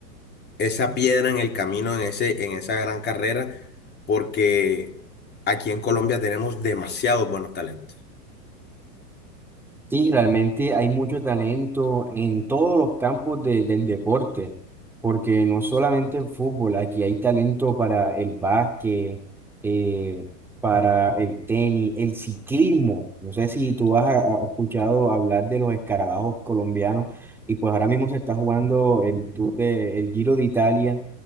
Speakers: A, on the left; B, in the centre.
A: esa piedra en el camino, en ese, en esa gran carrera, porque aquí en Colombia tenemos demasiados buenos talentos.
B: Sí, realmente hay mucho talento en todos los campos de- del deporte, porque no solamente el fútbol, aquí hay talento para el básquet, eh, para el tenis, el ciclismo. No sé si tú has a- a- escuchado hablar de los escarabajos colombianos, y pues ahora mismo se está jugando el, Tour de- el Giro de Italia,